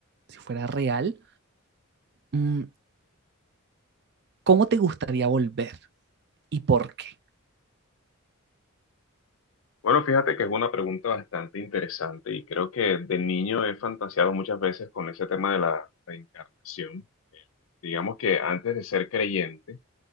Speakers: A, on the right (about 50°); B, on the left (about 65°).
A: si fuera real, mm, ¿cómo te gustaría volver y por qué?
B: Bueno, fíjate que es una pregunta bastante interesante y creo que de niño he fantaseado muchas veces con ese tema de la reencarnación. Digamos que antes de ser creyente,